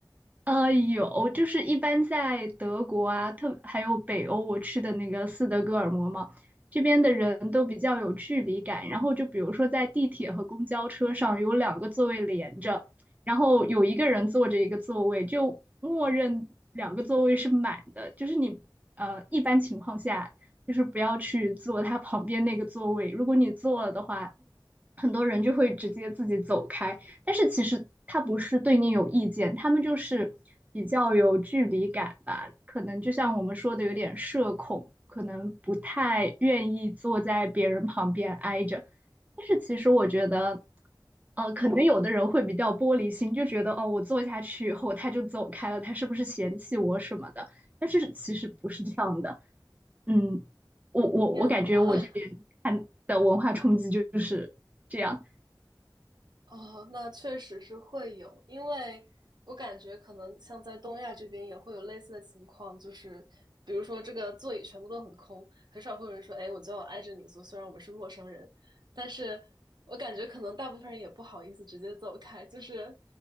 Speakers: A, on the right; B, on the right.
A: 呃，有，就是一般在德国啊，特还有北欧，我去的那个斯德哥尔摩嘛，这边的人都比较有距离感。
B: 嗯。
A: 然后就比如说在地铁和公交车上有两个座位连着，然后有一个人坐着一个座位，就默认两个座位是满的。就是你呃，一般情况下就是不要去坐他旁边那个座位，如果你坐了的话，
B: 嗯，
A: 很多人就会直接自己走开。但是其实他不是对你有意见，他们就是比较有距离感吧，可能就像我们说的有点社恐，可能不太愿意坐在别人旁边挨着。但是其实我觉得，呃，可能有的人会比较玻璃心，就觉得哦，我坐下去以后他就走开了，他是不是嫌弃我什么的？但是其实不是这样的，嗯，我我我感觉我这边看的文化冲击就是这样，
B: 天呐，哦，那确实是会有，因为我感觉可能像在东亚这边也会有类似的情况，就是比如说这个座椅全部都很空，很少会有人说，哎，我就要挨着你坐，虽然我们是陌生人，但是我感觉可能大部分人也不好意思直接走开，就是